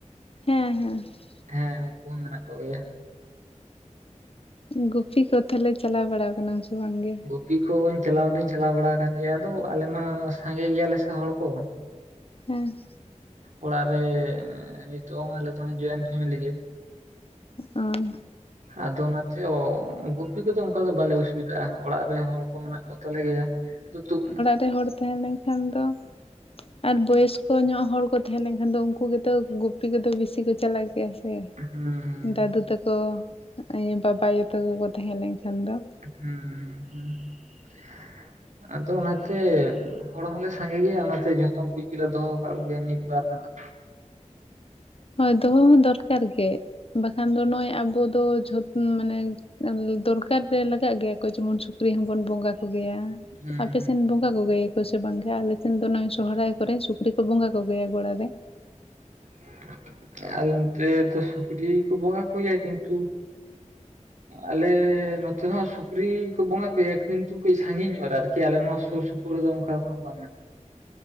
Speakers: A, on the left; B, on the right.
A: ᱦᱮᱸ ᱦᱮᱸ ᱾
B: ᱦᱮᱸ, ᱩᱱᱠᱩ ᱦᱚᱸ ᱢᱮᱱᱟᱜ ᱠᱚᱜᱮᱭᱟ ᱾
A: ᱜᱩᱯᱤ ᱠᱚ ᱛᱟᱦᱚᱞᱮ ᱪᱟᱞᱟᱣ ᱵᱟᱲᱟ ᱟᱠᱟᱱᱟᱢ ᱥᱮ ᱵᱟᱝᱜᱮ?
B: ᱜᱩᱵᱤ ᱠᱚ ᱪᱟᱞᱟᱣ ᱫᱩᱧ ᱪᱟᱞᱟᱣ ᱵᱟᱲᱟ ᱠᱟᱱᱟᱱ ᱜᱮᱭᱟ, ᱟᱫᱚ ᱟᱞᱮ ᱢᱟ ᱥᱟᱸᱜᱮ ᱜᱮᱭᱟᱞᱮ ᱥᱮ ᱦᱚᱲ ᱠᱚ ᱾
A: ᱦᱮᱸ ᱾
B: ᱚᱲᱟᱜ ᱨᱮ ᱱᱤᱛᱟᱜ ᱦᱚᱸ ᱟᱞᱮᱫᱚ ᱦᱟᱸᱜ ᱡᱚᱭᱮᱱᱴ ᱯᱷᱮᱢᱮᱞᱤ ᱜᱮ ᱾
A: ᱚ ᱾
B: ᱟᱫᱚ ᱚᱱᱟᱛᱮ ᱚ ᱜᱩᱯᱤ ᱠᱚᱫᱚ ᱚᱝᱠᱟ ᱫᱚ ᱵᱟᱞᱮ ᱚᱥᱩᱵᱤᱫᱜᱼᱟ, ᱚᱲᱟᱜ ᱨᱮ ᱦᱚᱲ ᱠᱚ ᱢᱮᱱᱟᱜ ᱠᱚ ᱛᱟᱞᱮ ᱜᱮᱭᱟ, ᱟᱫᱚ ᱛᱩᱜ
A: ᱛᱮ ᱦᱚᱲ ᱛᱟᱦᱮ ᱞᱮᱝ ᱠᱷᱟᱱ ᱫᱚ ᱟᱨ ᱵᱚᱭᱚᱥᱠᱚ ᱧᱚᱜ ᱦᱚᱲ ᱠᱚ ᱛᱟᱦᱮᱸ ᱞᱮᱱᱠᱷᱟᱱ ᱫᱚ ᱩᱱᱠᱩ ᱜᱮᱛᱚ ᱜᱩᱯᱤ ᱠᱚᱫᱚ ᱵᱮᱥᱤ ᱠᱚ ᱪᱟᱞᱟᱜ ᱜᱮᱭᱟ ᱥᱮ,
B: ᱦᱩᱸ
A: ᱫᱟᱫᱩ ᱛᱟᱠᱚ ᱟᱹ ᱵᱟᱵᱟ ᱟᱭᱳ ᱛᱮᱠᱚᱠᱚ ᱛᱟᱦᱮᱸ ᱞᱮᱱᱠᱷᱟᱱ ᱫᱚ ᱾
B: ᱦᱩᱸ ᱦᱩᱸ ᱦᱩᱸ ᱾
A: <inaudible>
B: ᱟᱫᱚ ᱚᱱᱟᱛᱮ ᱦᱚᱲ ᱦᱚᱸᱞᱮ ᱥᱟᱸᱜᱮ ᱜᱮᱭᱟ ᱚᱱᱟᱛᱮ ᱡᱷᱚᱛᱚᱱ ᱠᱩᱡ ᱜᱮᱞᱮ ᱫᱚᱦᱚ ᱟᱠᱟᱫ ᱠᱚᱜᱮᱭᱟ ᱢᱤᱫᱵᱟᱨ ᱦᱟᱸᱜ ᱾
A: ᱦᱳᱭ ᱫᱚᱦᱚ ᱦᱚᱸ ᱫᱚᱨᱠᱟᱨ ᱜᱮ, ᱵᱟᱠᱷᱟᱱ ᱫᱚ ᱱᱚᱜᱼᱚᱭ ᱟᱵᱚ ᱫᱚ ᱡᱷᱚᱛ ᱢᱟᱱᱮ ᱫᱚᱨᱠᱟᱨ ᱨᱮ ᱞᱟᱜᱟᱜ ᱜᱮᱭᱟ ᱠᱚ ᱡᱮᱢᱚᱱ ᱥᱩᱠᱨᱤ ᱦᱚᱸᱵᱚᱱ ᱵᱚᱸᱜᱟ ᱠᱚᱜᱮᱭᱟ ᱾
B: ᱦᱩᱸ
A: ᱟᱯᱮᱥᱮᱱ
B: ᱦᱩᱸ
A: ᱵᱚᱸ ᱜᱟ ᱠᱚᱜᱮᱭᱟ ᱠᱚ ᱥᱮ ᱵᱟᱝᱜᱮ? ᱟᱞᱮ ᱥᱮᱱ ᱫᱚ ᱱᱚᱜᱼᱚᱭ ᱥᱚᱦᱨᱟᱭ ᱠᱚᱨᱮ ᱥᱩᱠᱨᱤ ᱠᱚ ᱵᱚᱸᱜᱟ ᱠᱚᱜᱮᱭᱟ ᱜᱚᱲᱟ ᱨᱮ ᱾
B: <inaudible> ᱟᱞᱮ ᱚᱱᱛᱮ ᱫᱚ ᱥᱩᱠᱨᱤ ᱠᱚ ᱵᱚᱸᱜᱟ ᱠᱚᱜᱮᱭᱟ ᱠᱤᱱᱛᱩ, ᱟᱞᱮ ᱱᱚᱛᱮ ᱫᱚᱦᱟᱸᱜ ᱥᱩᱠᱨᱤ ᱠᱚ ᱵᱚᱸᱜᱟ ᱠᱚᱜᱮᱭᱟ ᱠᱤᱱᱛᱩ ᱠᱟᱹᱡ ᱥᱟᱺᱜᱤᱧ ᱧᱚᱜ ᱨᱮ ᱟᱨᱠᱤ ᱟᱞᱮ ᱱᱚᱣᱟᱼᱼ ᱥᱩᱨ ᱥᱩᱯᱩᱨ ᱨᱮᱫᱚ ᱚᱱᱠᱟ ᱫᱚ ᱦᱟᱸᱜ ᱵᱟᱝᱟ᱾